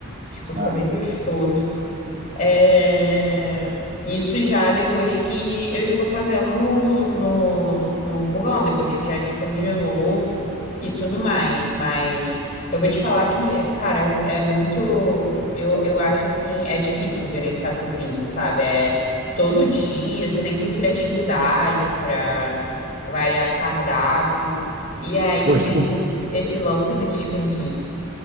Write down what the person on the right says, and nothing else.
Ah,
pois
<laughs>